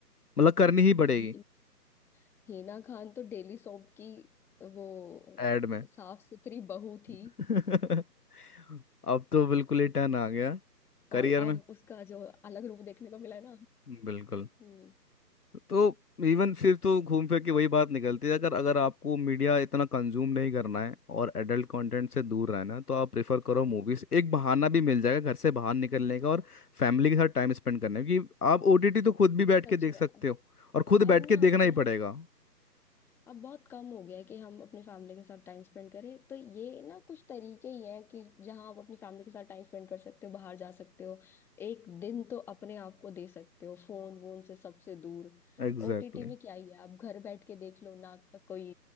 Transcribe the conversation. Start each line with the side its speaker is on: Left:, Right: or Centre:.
Left: मतलब करनी ही पड़ेगी
Centre: ही, हीना खान तो डेली सोप की वो
Left: एड में
Centre: साफ सुथरी बहू थी
Left: <laughs> अब तो बिल्कुल ही टर्न आ गया करियर
Centre: और अब
Left: में
Centre: उसका जो अलग रूप देखने को मिला है ना
Left: बिल्कुल
Centre: हम्म
Left: तो इवन फिर तो घूम फिर के वही बात निकलती है अगर अगर आपको मीडिया इतना कंज्यूम नहीं करना है और एडल्ट कंटेंट से दूर रहना है तो आप प्रेफर करो
Centre: हम्म
Left: मूवीज एक बहाना भी मिल जाएगा घर से बाहर निकलने का और फैमिली के साथ टाइम स्पेंड करने का क्योंकि आप ओटीटी तो खुद भी बैठ
Centre: सच
Left: के देख सकते
Centre: में
Left: हो और खुद बैठ
Centre: अब
Left: के
Centre: ना
Left: देखना
Centre: बहुत
Left: ही पड़ेगा
Centre: अब बहुत कम हो गया है कि हम अपनी फैमिली के साथ टाइम स्पेंड करें तो ये ना कुछ तरीके ही हैं कि जहां आप अपनी फैमिली के साथ टाइम स्पेंड कर सकते हो बाहर जा सकते हो एक दिन तो अपने आप को दे सकते हो फोन वोन से सबसे दूर
Left: Exactly
Centre: ओटीटी में
Left: exactly.
Centre: क्या ही है आप घर बैठ के देख लो ना कोई